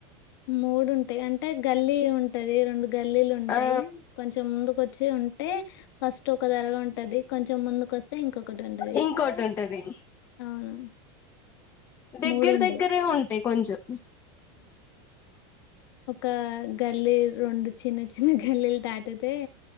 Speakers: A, on the left; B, on the left.
A: మూడుంటాయ్ అంటే గల్లీ ఉంటది రెండు గల్లీలు ఉంటాయి
B: ఆ
A: కొంచెం ముందుకొచ్ చ్చి ఉంటే ఫస్ట్ ఒక దర్గ ఉంటది కొంచెం ముందుకు వస్తే ఇంకొకటుంటది
B: ఇంకోటి ఉంటది
A: అవును
B: దగ్గర
A: మూడు ఉండే
B: దగ్గరే ఉంటాయి కొంచెం
A: ఒకా గల్లీ రెండు చిన్న చిన్న గల్లీలు దాటితే